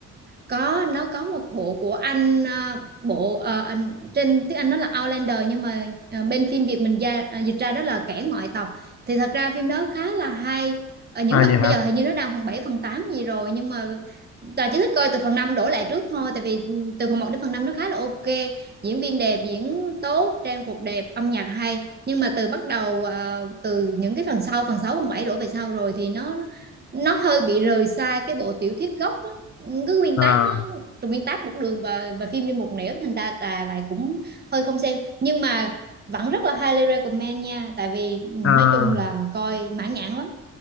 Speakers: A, on the right; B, on the left.
A: có nó có một bộ của anh ờ, bộ ờ, anh, trên tiếng Anh nó là Outlander nhưng mà ờ, bên phim Việt mình ra ờ, dịch ra đó là kẻ ngoại tộc thì thật ra phim đó khá là hay ở những
B: à
A: phần,
B: vậy hả
A: bây giờ hình như nó đang phần 7 phần 8 gì rồi nhưng mà Tà chỉ thích coi từ phần 5 đổ lại trước thôi tại vì ừ, từ phần một đến phần 5 nó khá là ok diễn viên đẹp diễn tốt trang phục đẹp âm nhạc hay nhưng mà từ bắt đầu ờ, từ những cái phần sau phần 6 phần 7 đổ về sau rồi thì nó nó hơi bị rời xa cái bộ tiểu thuyết gốc á cái nguyên
B: à
A: tác nó từ nguyên tác một đường và và phim đi một nẻo thành ra là lại cũng hơi không xem nhưng mà vẫn rất là highly recommend nha tại vì ừ,
B: à
A: nói chung là coi mãn nhãn lắm